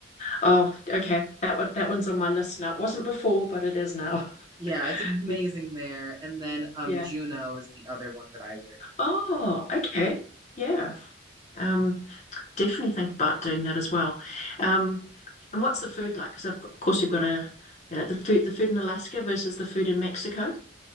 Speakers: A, on the left; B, on the right.
A: Oh, okay. That one, that one's on my list now. It wasn't before, but it is now.
B: Yeah, it's amazing
A: <laughs>
B: there. And then um
A: Yeah.
B: Juneau is the other one that I would
A: Oh,
B: I would
A: okay. Yeah. Um, definitely think about doing that as well. Um, and what's the food like? Because of cou- course you've got a, you know, the food the food in Alaska versus the food in Mexico.